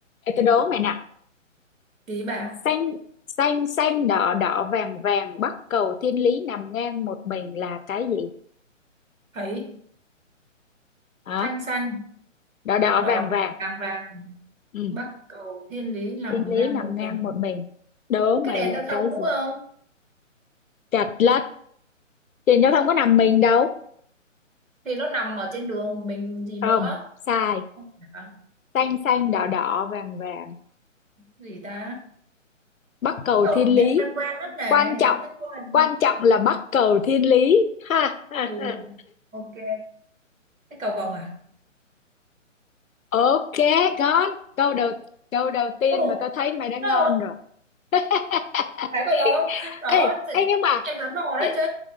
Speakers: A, on the left; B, on the right.
A: Ê, tôi đố mày nè
B: Ý bạn
A: xanh xanh xanh đỏ đỏ vàng vàng bắc cầu thiên lý nằm ngang một mình là cái gì
B: thấy
A: hả
B: xanh xanh
A: đỏ đỏ
B: đỏ
A: vàng
B: đỏ
A: vàng
B: vàng vàng
A: ừ.
B: bắc cầu thiên lý nằm
A: thiên lý
B: ngang
A: nằm
B: một
A: ngang
B: mình
A: một mình đố mày
B: cái đèn
A: là
B: giao
A: cái
B: thông đúng
A: gì
B: không
A: chật lất thì nó không có nằm mình đâu
B: thì nó nằm ở trên đường mình gì
A: không
B: nữa
A: sai
B: không phải à,
A: xanh xanh đỏ đỏ vàng vàng
B: gì ta
A: bắc cầu
B: câu
A: thiên
B: này
A: lý
B: em quen quen mất này
A: quan trọng
B: em thích quá này
A: quan trọng là bắc cầu thiên lý ha ha
B: ừ
A: ha
B: ok cái cầu vồng à
A: ok ngon câu đầu câu đầu tiên
B: Ồ,
A: mà tao thấy mày đã ngon
B: ờ,
A: rồi <laughs>
B: phải cầu vồng không đó
A: ê
B: thì
A: ê nhưng mà
B: em đoán mò
A: ê,
B: đấy chứ